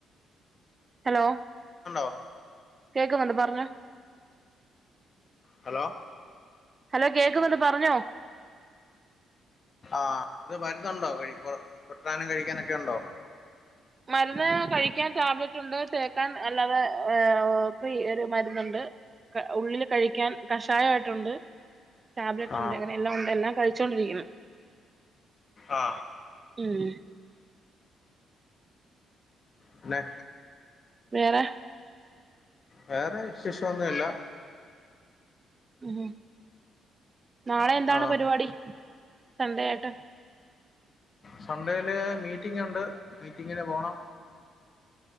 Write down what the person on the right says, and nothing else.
ഹലോ
കേക്കുന്നുണ്ട് പറഞ്ഞൊ
ഹലോ കേക്കുന്നുണ്ട് പറഞ്ഞോ
മരുന്ന് കഴിക്കാൻ ടാബ്ലറ്റ് ഉണ്ട് തേക്കാൻ അല്ലാതെ ഫ്രീ ഒരു മരുന്നുണ്ട് ക്കെ ഉള്ളില് കഴിക്കാൻ കഷായിട്ടുണ്ട് ടാബ്ലറ്റ്
ഉണ്ട് അങ്ങനെ എല്ലാം ഉണ്ട് എല്ലാം കഴിച്ചോണ്ടിരിക്കുന്നു
ഉം
വേറെ
ഉം നാളെ എന്താണ്
പരിപാടി സൺഡേ ആയിട്ട്